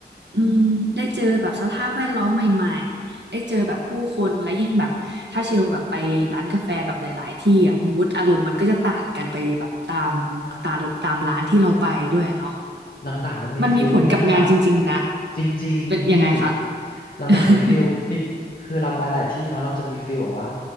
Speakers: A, on the right; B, on the left.
A: อืมได้เจอแบบสภาพแวดล้อมใหม่ๆได้เจอแบบผู้คนและยิ่งแบบถ้าเชลแบบไปร้านกาแฟแบบหลายๆที่อะมูดอารมณ์มันก็จะต่างกันไปแบบตาม
B: ใช่
A: ตามตามร้านที่เราไปด้วยอะเนาะ
B: หลังๆมันมีฟิลนี้ด้วยนะ
A: มันมีผลกับงานจริงๆนะ
B: จริงๆพี่
A: เป็นยังไงคะ
B: หลังๆมีฟิลปิคือเราไปหลายที่เนาะเราจะมีฟิลแบบว่า
A: <laughs>